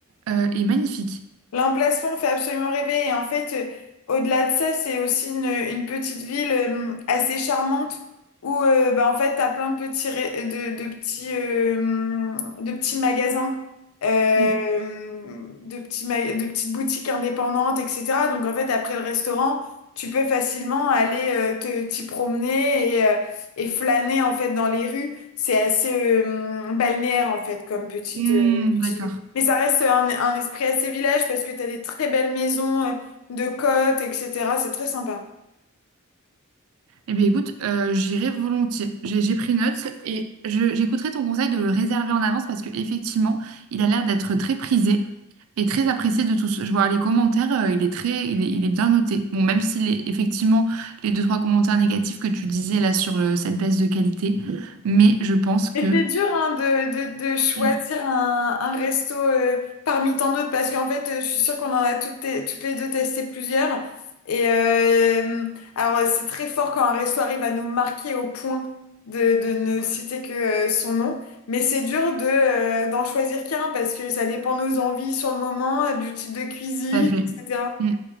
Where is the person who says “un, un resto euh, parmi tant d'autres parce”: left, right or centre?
Left